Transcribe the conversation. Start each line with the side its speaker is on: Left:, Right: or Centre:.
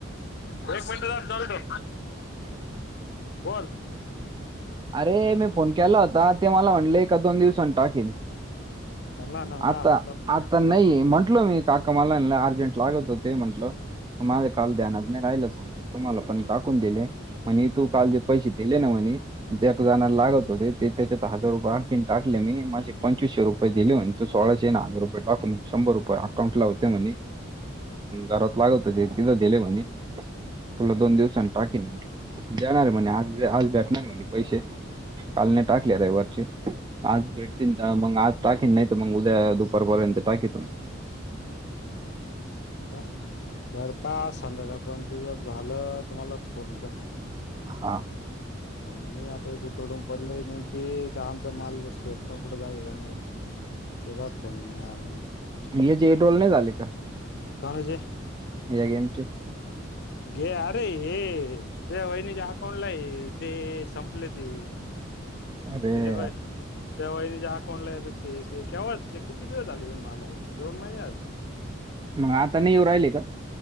Left: एक मिनट थाम्ब चालू ठेव.
Right: <unintelligible>
Left: बर
Right: अरे मी फोन केला होता. ते मला म्हणले ए दोन दिवसान टाकिती.
Left: त्यांना ना
Right: आता,
Left: हप्ता
Right: आता नाही
Left: हप्ता
Right: म्हंटल मी. काका मला अर्जेंट लागत होते. म्हंटलं माझ्या काल ध्यानात नाही राहिलं थांब तुम्हाला पण टाकून दिले. म्हणे तू काल जे पैसे दिले ना म्हणे, एक जण लागत होते ते त्याच्यात हजार रुपये आणखीन टाकले मी माझे पंचवीसशे रुपये दिले म्हणते तो सोळाशेन हजार रुपय टाकून शंभर रुपय अकाउंटला होते मनी. घरात लागत ते तिथं दिेले म्हणे, तुला दोन दिवसानी टाकीेन जाणार म्हणे आज आज भेटणार म्हणे, पैसे कालने टाकले रविवारचे, आज भेटतील मग आज टाकीेन नाही तर मग उद्या दुपारपर्यंत टाकीत मग.
Left: ह बरं का, संध्याकाळ पर्यंत ते जर झालं तर मला फोन कर,
Right: हा
Left: मी आता गुतडून पडले नेमकी आमचा माल शेतल पण कुठं जाईला नाहि. तेला फोन नाही आलं.
Right: हेचे जे टोल नाही झाले का.
Left: काल जे
Right: या गेमची
Left: घे अरे हे त्या वहिनीच्या आकाउंटला आहे ते संपले ते.
Right: अरे
Left: त्याच्यामुळे
Right: यार.
Left: त्या वहिणीच्या अकाऊंटला आहे. ते केव्हाचे किती दिवस आले येऊन माल दोन महिने
Right: मग आता नाही येऊ राहिले का.